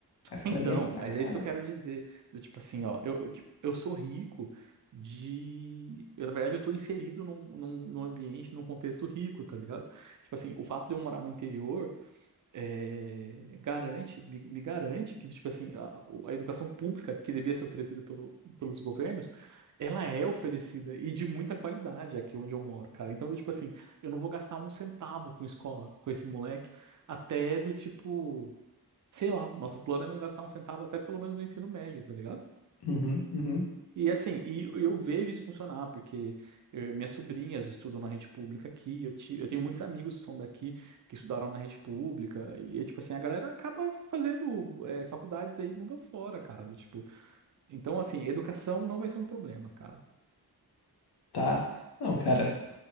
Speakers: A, on the left; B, on the right.
A: A escolinha
B: Então,
A: tá
B: mas
A: cara,
B: é isso que eu quero
A: pô.
B: dizer. Do tipo assim, ó, eu, eu eu sou rico de. eu, na verdade, eu tô inserido num, num, num ambiente, num contexto rico, tá ligado? Tipo assim, o fato de eu morar no interior é, garante, me, me garante que, tipo assim, a, o- a educação pública que devia ser oferecida pelo, pelos governos, ela é oferecida e de muita qualidade aqui onde eu moro, cara. Então, do tipo assim, eu não vou gastar um centavo com escola, com esse moleque, até do tipo sei lá, o nosso plano é não gastar um centavo até pelo menos no ensino médio, tá ligado?
A: Uhum, uhum.
B: E assim, e e eu vejo isso funcionar, porque eh, minhas sobrinhas estudam na rede pública aqui, eu, ti- eu tenho muitos amigos que são daqui, que estudaram na rede pública, e é tipo assim, a galera acaba fazendo eh, faculdades aí mundo afora, cara, do tipo, então assim, educação não vai ser um problema, cara.
A: Tá. Não, cara.